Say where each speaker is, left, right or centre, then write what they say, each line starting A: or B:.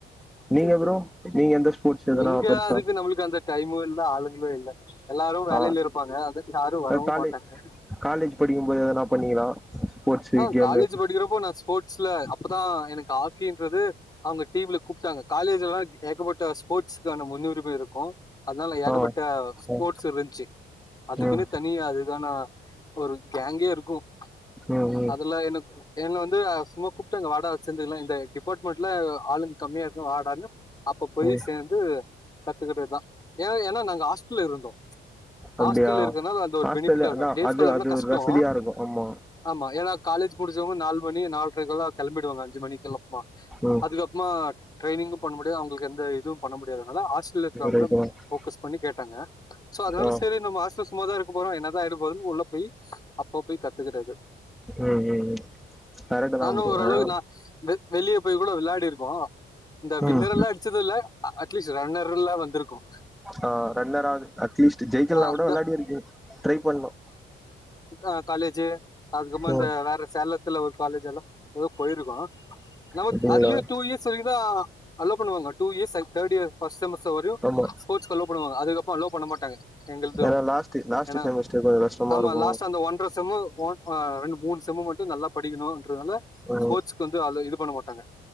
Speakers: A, in the centre; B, on the left.
A: நீங்க
B: செர் செரிங்கமா
A: ப்ரோ நீங்க எந்த ஸ்போர்ட்ஸ் எதனா
B: இங்க
A: பெருசா
B: அதுக்கு நம்மளுக்கு அந்த டைமு இல்ல ஆளுங்களு இல்ல எல்லாரு வேலைல
A: ஆ
B: இருப்பாங்க அத யாரும் வரவும்
A: காலே
B: மாட்டாங்க
A: காலேஜ் படிக்கும்போது எதனா பண்ணீங்களா ஸ்போர்ட்ஸு
B: ஆ
A: கேமு
B: காலேஜ் படிக்கிறப்போ நா ஸ்போர்ட்ஸல அப்பதா எனக் ஹாக்கிம் ட்றது அவங்க டீம்ல கூப்ட்டாங்க காலேஜெல்லா ஏகப்பட்ட ஸ்போர்ட்ஸ் கான முன்னுரிமை இருக்கு அதனால ஏகப்பட்ட
A: ஆ
B: ஸ்போர்ட்ஸ்
A: ஆ
B: இருந்துச்சு அதுக்குன்னே
A: ம்
B: தனியா அதுக்கான ஒரு கேங்கே இருக்கும்
A: ம் ம்
B: அதுலா எனக் என்ன வந்து சும்மா கூப்ட்டாங்க வாடக வச்சிருந்துக்கலா இந்த டிபார்ட்மெண்ட்ல ஆளுங்க கம்மியா இருக்குன் வாடான்னு அப்ப போய்
A: ம்
B: சேர்ந்து கத்துக்கிட்டதுதா ஏ ஏன்னா நாங்க ஹாஸ்டல்ல இருந்தோ
A: அப்டியா
B: ஹாஸ்டல்ல இருக்கனால அந்த ஒரு
A: ஹாஸ்டல்ல
B: பெனிபிட்டா இருக்கு
A: அதா
B: டேஸ்காலர்னா
A: அது அது
B: கஷ்டோ
A: ஒரு வசதியா இருக்கு ஆமா
B: மா ஏன்னா காலேஜ் முடிச்சவங்க நாலு மணி நால்ரைகெல்லா கெளம்பிடுவாங்க அஞ்சு மணிக்கெல்லா மா
A: ம்
B: அதுக்கப்புமா ட்ரைனிங்கும் பண்ண முடியாது அவங்களுக்கு எந்த இதுவும் பண்ண முடியாது அனால ஹாஸ்டல்ல இருக்றவங்கள
A: ரைட்டு தா
B: போகஸ் பண்ணி கேட்டாங்க சோ அதனால
A: ஆ
B: சரி நம்ம ஹாஸ்டல்ஸ் சும்மாதா இருக்க போறோம் என்னதா ஆய்டு பதும் உள்ள போய் அப்ப போய் கத்துக்குறது
A: ம் ம் ம் கரெக்ட்டு
B: நானு
A: தா ப்ரோ
B: ஓரளவுக்கு
A: ஏனா
B: நா வெ வெளியே போய் கூட விளையாடிருக் போ இந்த வின்னர்
A: ம்
B: எல்லா அடிச்சது இல்ல அட்லீஸ்ட் ரன்னர் எல்லா வந்திருக்கும்
A: அ ரன்னராது அட்லீஸ்ட்டு ஜெயிக்கல்னா
B: ஆ
A: கூட
B: இந்த
A: வெளாடி இருக்கே ட்ரை பண்ணு
B: அ காலேஜி அதுக்கம்மோ
A: ம்
B: இந்த வேற சேலத்துல ஒரு காலேஜ் எல்லா ஏதோ போயிருக்கோ நமத்
A: அப்டிங்களா
B: அதுலயே டூ இயர்ஸ் வரைக்குதா அலோ பண்ணுவாங்க two years third year first semester வரையு
A: ஆமா
B: ஸ்போட்ஸ்கு அலோ பண்ணுவாங்க அதுகப்போ அலோ பண்ண மாட்டாங்க எங்கிள்திலு
A: ஏன்னா லாஸ்ட் லாஸ்ட்
B: ஏனா
A: செமிஸ்டர் கொஞ்சோ கஷ்டமா
B: ஆமா
A: இருக்கு
B: லாஸ்டா அந்த ஒன்ற செம்மு ஒன் ஆ ரெண்டு மூணு செம்மு மட்டு நல்லா படிக்கணு என்றனால
A: ம்
B: ஸ்போர்ட்ஸுக் வந்து அவ்ளோவா இது பண்ணமாட் தாங்க